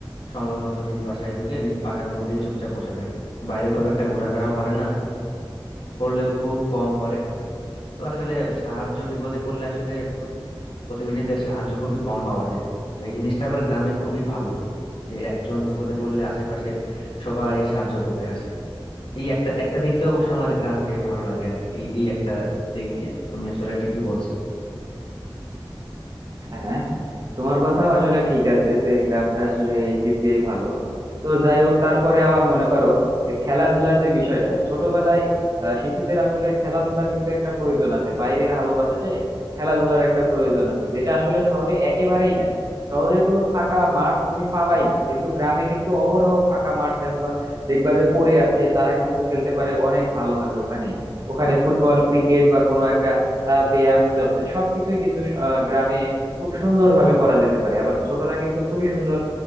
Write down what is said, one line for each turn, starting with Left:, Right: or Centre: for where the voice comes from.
Left: সময় মতো নিজ বাসায় ঢুকে নি- বাসার মধ্যেই চুপচাপ বসে থাকে বাইরে খুব একটা ঘোরাফেরাও করে না করলেও খুব কম করে তো আসলে সাহায্য বিপদে পড়লে আসলে প্রতিবেশীদের সাহায্য খুবই কম পাওয়া যায় তো এই জিনিসটা আবার গ্রামে খুবই ভালো যে একজন বিপদে পড়লে আশেপাশের সবাই সাহায্য করতে আসে এই একটা একটা দিক দিয়ে অবশ্য আমার গ্রামকে ভালো লাগে আর কি এই এই একটা দিক দিয়ে তুমি আসলে ঠিকই বলছো
Right: হ্যাঁ তোমার কথাও আসলে ঠিক আছে যে গ্রামটা আসলে এই দিক দিয়ে ভালো তো যাই হোক তারপরে আবার মনে করো যে খেলাধুলার যে বিষয়টা ছোটবেলায় আহ, শিশুদের আসলে খেলাধুলার কিন্তু একটা প্রয়োজন আছে বাইরের আলো বাতাসে খেলাধুলার একটা প্রয়োজন আছে যেটা আসলে শহরে একেবারেই নাই শহরের কোনো ফাঁকা মাঠ তুমি পাবাই না কিন্তু গ্রামে কিন্তু অহরহ ফাঁকা মাঠ দেখবা দেখবা যে পড়ে আছে তারা কিন্তু খেলতে পারে অনেক ভালোভাবে ওখানেই ওখানে ফুটবল ক্রিকেট বা কোনো একটা আহ ব্যায়াম জ- সবকিছুই কিন্তু আহ, গ্রামে খুব সুন্দর ভাবে করা যেতে পারে আবার ছোটরা কিন্তু খুবই সুন্দর